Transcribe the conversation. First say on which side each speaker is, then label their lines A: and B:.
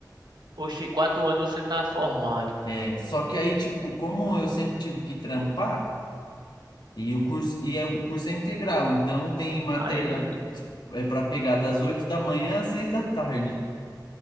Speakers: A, on the right; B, on the left.
A: Oxi, quatro anos você tá formado.
B: É, Só que aí, tipo, como eu sempre tive que trampar, e o curso, e é, o curso é integral, então tem matéria
A: Aí,
B: é, para pegar das 8 da manhã às 6 da tarde.